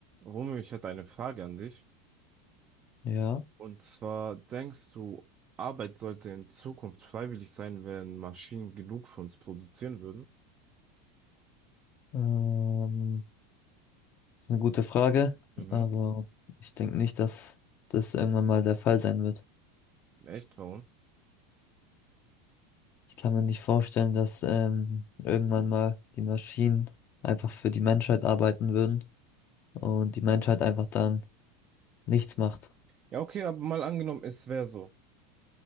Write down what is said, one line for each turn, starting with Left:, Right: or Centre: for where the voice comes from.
Right: Romeo, ich hätte eine Frage an dich.
Left: Ja,
Right: Und zwar, denkst du, Arbeit sollte in Zukunft freiwillig sein, wenn Maschinen genug für uns produzieren würden?
Left: ähm, ist eine gute Frage,
Right: Mhm.
Left: aber ich denke nicht, dass das irgendwann mal der Fall sein wird.
Right: Echt, warum?
Left: Ich kann mir nicht vorstellen, dass ähm, irgendwann mal die Maschinen einfach für die Menschheit arbeiten würden und die Menschheit einfach dann nichts macht.
Right: Ja, okay, aber mal angenommen, es wäre so.